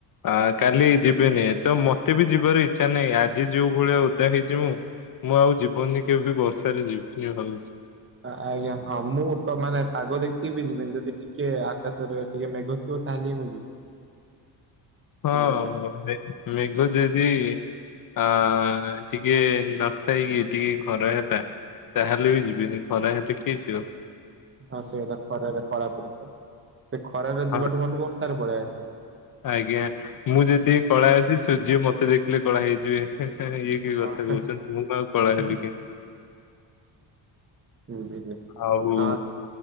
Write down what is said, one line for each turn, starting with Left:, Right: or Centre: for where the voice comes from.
Left: ଆ କାଲି ଯିବେିନି ତ ମତେ ବି ଯିବାର ଇଚ୍ଛା ନାହିଁ ଆଜି ଯୋଉ ଭଳିଆ ଓଦା ହେଇଛି ମୁଁ। ମୁଁ ଆଉ ଯିବନି କେବେ ବି ବର୍ଷାରେ ଯିବନ ଭାବଛି।
Right: ଆଜ୍ଞା ହଁ ମୁଁ ତ ମାନେ ପାଗ ଦେଖିକି ବିି ଯିବିନ ଯଦି ଟିକେ ଆକାଶରେ ଟିକେ ମେଘ ଥିବ ତାହେଲେ ମୁଁ ଯିବି
Left: ହଁ
Right: ବୁଝିଲେ।
Left: <unintelligible> ମେଘୁ ଯଦି ଅ ଟିକେ ନଥାଇ କିି ଟିକେ ଖରା ହେଲେ ତାହେଲେ ବି ଯିବିନି ଖରା ହେଲେ କିଏ ଯିବ।
Right: ହଁ ସେ କଥା ଖରାରେ କଳା ପଡିଚା ସେ ଖରାରେ
Left: ହଁ
Right: ଯିବାଠୁ ଭଲ ବ ସାର <unintelligible>
Left: ଆଜ୍ଞା ମୁଁ ଯେଦକି କଳା ଅଛି ସଝଅ ମତେ ଦେଖିଲେ କଳା ହେଇଯିବେ ଇଏ କି କଥା
Right: ହଁ
Left: କହୁଛନ୍ତି ମୁଁ ଆଉ କଳା
Right: <unintelligible>
Left: ହେବି କେମିତି
Right: ବୁଝିଲେ
Left: ଆଉ
Right: ହଁ <unintelligible>